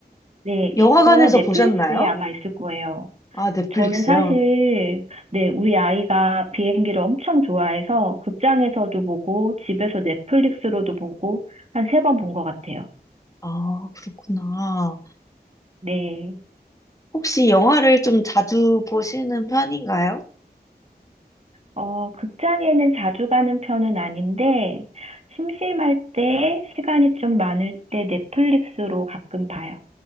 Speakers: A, on the right; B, on the left.
A: 네,
B: 영화관에서
A: 이거 넷플릭스에
B: 보셨나요?
A: 아마 있을 거예요.
B: 아, 넷플릭스요?
A: 저는 사실, 네, 우리 아이가 비행기를 엄청 좋아해서 극장에서도 보고 집에서 넷플릭스로도 보고 한 세 번 본 것 같아요.
B: 아, 그렇구나.
A: 네.
B: 혹시 영화를 좀 자주 보시는 편인가요?
A: 어, 극장에는 자주 가는 편은 아닌데, 심심할 때, 시간이 좀 많을 때 넷플릭스로 가끔 봐요.